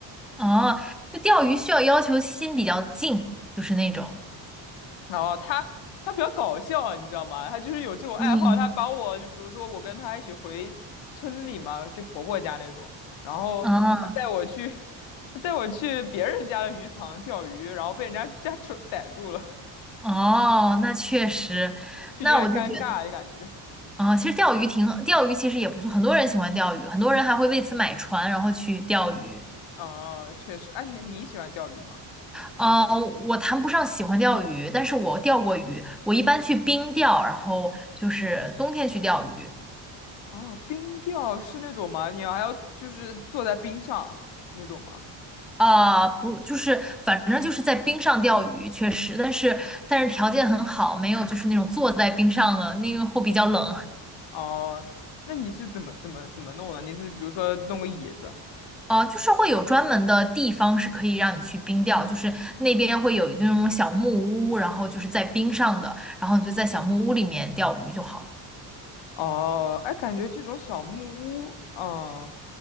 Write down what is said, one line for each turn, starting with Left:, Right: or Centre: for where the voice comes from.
Centre: 哦，这钓鱼需要要求心比较静，就是那种，
Left: 然后他他比较搞笑，你知道吗？他就是有这种爱好，
Centre: 嗯，
Left: 他把我就比如说我跟他一起回村里嘛，就婆婆家那种，然后他带我去
Centre: 啊，
Left: <laughs> 他带我去别人家的鱼塘钓鱼，然后被人家家主逮住了，
Centre: 哦，那确实，
Left: 就有点尴尬的感觉。
Centre: 那我就觉得。啊，其实钓鱼挺，钓鱼其实也不错，很多人喜欢钓鱼，很多人还会为此买船，然后去钓鱼。
Left: 哦，确实，哎，那你喜欢钓鱼吗？
Centre: 啊，我谈不上喜欢钓鱼，但是我钓过鱼，我一般去冰钓，然后就是冬天去钓鱼。
Left: 哦，冰钓是那种吗？你还要就是坐在冰上那种吗？
Centre: 啊，不，就是反正就是在冰上钓鱼，确实，但是但是条件很好，没有就是那种坐在冰上了，那个会比较冷。
Left: 哦，那你是怎么怎么怎么弄的？你是比如说弄个椅子？
Centre: 呃，就是会有专门的地方是可以让你去冰钓，就是那边会有这种小木屋，然后就是在冰上的，然后你就在小木屋里面钓鱼就好。
Left: 哦，哎，感觉这种小木屋，哦，